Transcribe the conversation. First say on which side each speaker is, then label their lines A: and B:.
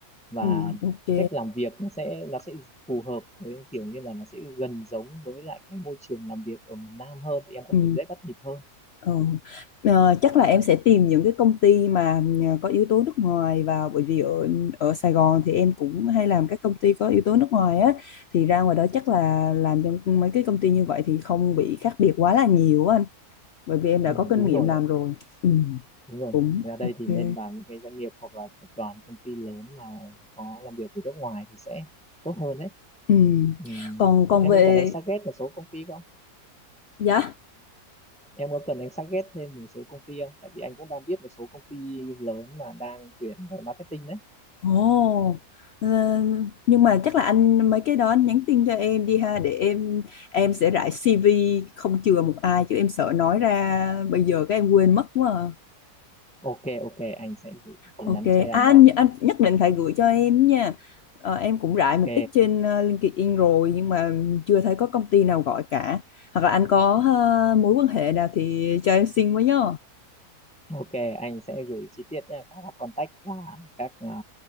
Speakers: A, in the centre; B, on the left.
A: và
B: Ừ. Ok.
A: cách làm việc nó sẽ nó sẽ phù hợp với kiểu như là nó sẽ gần giống với lại cái môi trường làm việc ở miền Nam hơn thì em có
B: Ừ.
A: thể dễ bắt nhịp hơn
B: Ừ. Ờ, chắc là em sẽ tìm những cái công ty mà ờ, có yếu tố nước ngoài vào bởi vì ở ở Sài Gòn thì em cũng hay làm các công ty có yếu tố nước ngoài á thì ra ngoài đó chắc là làm trong mấy cái công ty như vậy thì không bị khác biệt quá là nhiều á anh bởi vì em đã
A: ừ,
B: có kinh
A: đúng
B: nghiệm
A: rồi
B: làm
A: đấy
B: rồi ừ,
A: đúng rồi
B: cũng
A: ra đây
B: ok
A: thì nên vào những cái doanh nghiệp hoặc là tập đoàn công ty lớn mà có làm việc với nước ngoài thì sẽ tốt hơn đấy
B: ừ.
A: Ừ.
B: còn còn
A: Em
B: về
A: có cần anh suggest một số công ty không?
B: dạ
A: Em có cần anh suggest thêm một số công ty không? Tại vì anh cũng đang biết một số công ty lớn mà đang tuyển về marketing đấy.
B: Ồ, ờ, nhưng mà chắc là anh mấy cái đó anh nhắn tin cho em đi ha để em em sẽ rải CV không chừa một ai chứ em sợ nói ra bây giờ các em quên mất quá à.
A: Ok, ok, anh sẽ gửi tin
B: Ok,
A: nhắn cho em
B: à, anh
A: nha.
B: anh nhất định phải gửi cho em nha. Ờ, em cũng rải
A: Ok,
B: một ít trên ờ, LinkedIn rồi nhưng mà chưa thấy có công ty nào gọi cả. Hoặc là anh có ờ, mối quan hệ nào thì cho em xin với nhá.
A: ok, anh sẽ gửi chi tiết nha, các contact và các à,